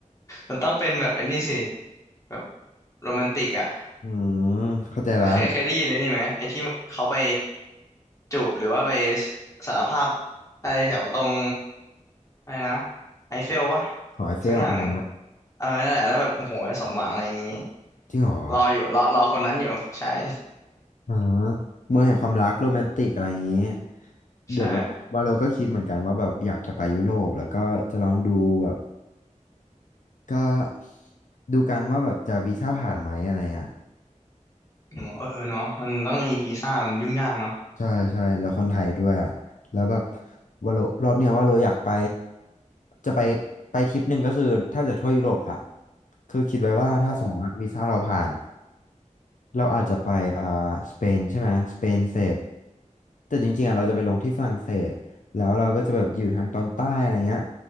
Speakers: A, on the left; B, on the left.
A: มันต้องเป็นแบบไอ้นี่สิแบบโรแมนติกอ่ะ
B: อืมเข้าใจละ
A: เคยเคยได้ยินไอ้นี่ไหมไอ้ที่เขาไปจูบหรือว่าไปสารภาพอะไรแถวตรงอะไรนะไอเฟลปะ
B: หอไอเฟลอ่า
A: สักอย่างหนึ่งเออนั่นแหละแล้วแบบโอ้โหสมหวังอะไรอย่างงี้
B: จริงเหรอ
A: รออยู่รอรอคนนั้นอยู่ใช่ <laughs>
B: อ่าเมืองแห่งความรักโรแมนติกอะไรอย่างนี้
A: ใช่
B: เดี๋ยวแบบว่าเราก็คิดเหมือนกันว่าแบบอยากจะไปยุโรปแล้วก็จะลองดูแบบก็ดูกันว่าแบบจะวีซ่าผ่านไหมอะไรอ่ะ
A: อืมเออเนาะมันต้องมีวีซ่ามันยุ่งยากเนาะ
B: ใช่ใช่แล้วคนไทยด้วยอ่ะแล้วแบบว่าโลรอบเนี้ยว่าโลอยากไปจะไปไปทริปหนึ่งก็คือแทบจะทั่วยุโรปละคือคิดไว้ว่าถ้าสมมติว่าวีซ่าเราผ่าน
A: อ๋อ
B: เราอาจจะไปอ่าสเปนใช่ไหมสเปนเสร็จแต่จริงๆอ่ะเราจะไปลงที่ฝรั่งเศสแล้วเราก็จะแบบอยู่ทางตอนใต้อะไรเงี้ย